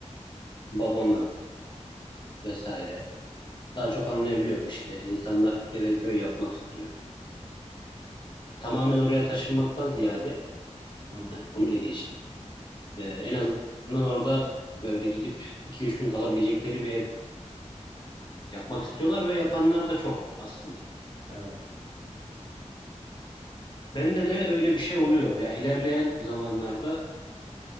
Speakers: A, on the left; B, on the right.
A: babamı vesaire. Daha çok anlayabiliyorum işte insanlar eve köy yapmak istiyor. Tamamen oraya taşınmaktan ziyade
B: Hı hı.
A: yani onu bile geçtim. Ee, en azından orada böyle gidip iki üç gün kalabilecekleri bir ev yapmak istiyorlar ve yapanlar da çok aslında.
B: Evet.
A: Bende de öyle bir şey oluyor. Ya ilerleyen zamanlarda